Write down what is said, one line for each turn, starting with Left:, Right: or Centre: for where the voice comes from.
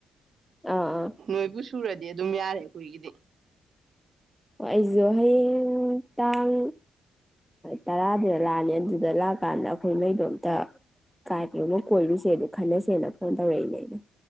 Centre: ꯑꯥ ꯑꯥ ꯑꯣ
Right: ꯅꯣꯏꯕꯨ ꯁꯨꯔꯗꯤ ꯇꯝꯃꯤ ꯍꯥꯏ ꯍꯗꯤ
Centre: ꯑꯣ ꯑꯩꯁꯨ ꯍꯌꯦꯡ ꯇꯥꯡ ꯇꯔꯥ ꯑꯗꯨꯦꯂꯅꯤ ꯑꯗꯨꯗ ꯂꯥꯛꯑꯀꯥꯟꯗ ꯑꯩꯈꯣꯏ ꯅꯗꯣꯝꯇ ꯀꯥꯏ ꯀꯣꯏꯔꯨꯁꯦ ꯑꯗꯨ ꯈꯂꯁ ꯌꯅ ꯐꯣꯟꯗꯕꯦ ꯂꯩꯅ